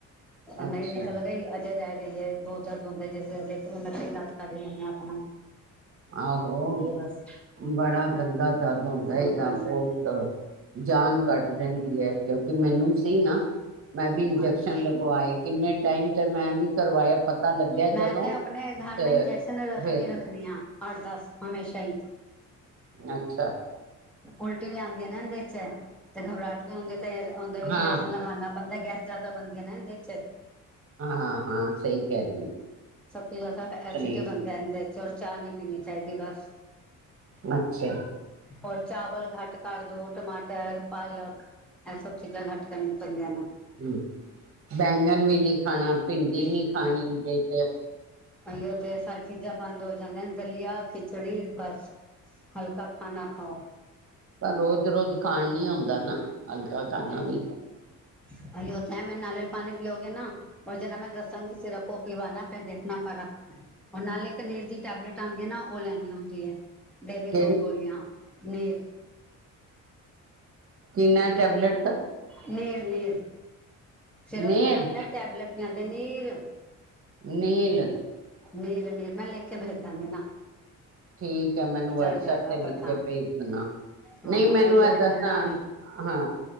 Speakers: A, in the centre; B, on the right (about 45°).
A: ਹੁਨ
B: ਅੱਛਾ
A: ਮੇਰੀ ਨਿਕਲ ਗਈ ਅਜੇ ਰੇਹ ਗਈ ਹੈ। ਬਹੁਤ ਦਰਦ ਹੁੰਦਾ ਜਿਸ <unintelligible> ਵੇਲੇ ਇਲਾਜ ਕਰ ਲੈਂ ਆ ਆਪਣਾ
B: ਆਹੋ
A: ਹੈ ਬਸ
B: ਬੜਾ ਗੰਦਾ ਦਰਦ ਹੁੰਦਾ
A: ਹੋਰ
B: ਇਦਾਂ
A: ਕੋਈ ਨਹੀਂ
B: ਬਹੁਤ ਜਾਨ ਕੱਡ ਦਿੰਦੀ ਹੈ ਕਿਉਂਕਿ ਮੈਨੂੰ ਸੀ ਨਾ। ਮੈਂ ਵੀ ਇੰਜੈਕਸ਼ਨ
A: ਹਮ ਅੱਛਾ
B: ਲਗਵਾਏ ਕਿੰਨੇ ਟਾਈਮ ਤੇ ਮੈਂ ਨੀ ਕਰਵਾਇਆ ਪਤਾ ਲੱਗਿਆ
A: ਮੈਂ
B: ਜਦੋਂ
A: ਤੇ ਆਪਣੇ ਘਰ ਨਾ
B: ਤੇ
A: ਇੰਜੈਕਸ਼ਨ ਰੱਖਨੀ
B: ਫਿਰ
A: ਰੱਖਨੀ ਆਂ ਅੱਠ ਦਸ ਹਮੇਸ਼ਾ ਹੀ।
B: ਅੱਛਾ।
A: ਉਲਟੀ ਵੀ ਆਂਦੀ ਹੈ ਨਾ ਇਹੰਦੇ ਚ ਤੇ ਘਬਰਾਹਟ ਵੀ ਹੁੰਦੀ ਤੇ ਉਹਦਾ ਵੀ
B: ਹਾਂ
A: ਇੰਜੈਕਸ਼ਨ ਲਗਾਨਾ ਬੰਨਦਾ ਗੈਸ ਜੈਦਾ ਬਨਦੀ ਏ ਨਾ ਇਹੰਦੇ ਚ।
B: ਹਾਂ ਹਾਂ ਸਹੀ ਕਹਿ ਰਹੀ ਹੈ
A: ਸਭ ਤੋਂ ਜੈਦਾ ਐਸਿਡ
B: ਸਹੀ
A: ਬਨਦਾ ਏਨਦੇ ਚਲੇ ਚਾ ਨਹੀਂ ਪੀਨੀ ਚਾਹੀਦੀ ਬਸ।
B: ਅੱਛਾ।
A: ਔਰ ਚਾਵਲ ਘੱਟ ਕਰ ਦੋ ਟਮਾਟਰ ਪਾਲਕ ਇਹ ਸਭ ਚੀਜ਼ਾਂ ਘੱਟ ਕਰਨ <unintelligible>
B: ਹਮ ਬੈਂਗਣ ਵੀ ਨੀ ਖਾਣਾ ਭਿੰਡੀ ਨੀ ਖਾਣੀਦੇ ਚ।
A: ਹਲੇ ਤੇ <unintelligible> <unintelligible> ਦਲੀਆ ਖਿਚੜੀ ਬਸ ਹਲਕਾ ਖਾਨਣਾ ਖਾਓ।
B: ਪਰ ਰੋਜ਼ ਰੋਜ਼ ਖਾਣ ਨੀ ਆਉਂਦਾ ਨਾ ਹਲਕਾ ਖਾਣਾ ਵੀ।
A: <unintelligible> ਮੈਂ ਨਾਰੀਅਲ ਪਾਣੀ ਪੀਉਗੇ ਨਾਔ ਜਰਾ ਮੈਂ ਦੱਸਾਂਗੀ ਸਿਰਪ। ਪਵਾਣਾ ਫੇਿਰ ਦੇਖਣਾ ਫਰਕ ਉਹ ਨਾਲੇ ਇੱਕਨੀਰ ਦੀ ਟੈਬਲੇਟ ਆਉਂਦੀ ਹੈ ਨਾ ਉਹ ਲੈਣੀ ਹੁੰਦੀ ਹੈ। ਦੇਲੀ
B: ਕਿਹੜੀ
A: ਦੋ ਗੋਲੀਆਂ ਨੀਰ।
B: ਕਿੰ ਨਾ ਟੈਬਲੇਟ ਦਾ
A: ਨੀਰ ਨੀਰ ਸਿਰਪ
B: ਨੇਲ
A: ਵੀ ਆਉਂਦਾ ਟੈਬਲੇਟ ਵੀ ਆਉਂਦੇ ਨੀਰ।
B: ਨੀਲ।
A: ਨੀਰ ਨੀਰ ਮੈ ਲਿਖ ਕੇ ਬੇਜ ਦਾਗੀ ਨਾ
B: ਠੀਕ ਹੈ ਮੈਨੂੰ ਵਟਸਐਪ
A: ਚੱਲ ਜਾਏਗਾ
B: ਤੇ ਲਿਖ
A: ਪਤਾ
B: ਕੇ ਭੇਜ ਦੇਣਾ
A: ਹਾਂ
B: ਨਹੀਂ ਮੈਨੂੰ
A: ਉਹ ਲੋਗ
B: ਏਦਾਂ
A: ਹੈ
B: ਧਿਆਨ
A: ਨਾ ਵੀ
B: ਹਾਂ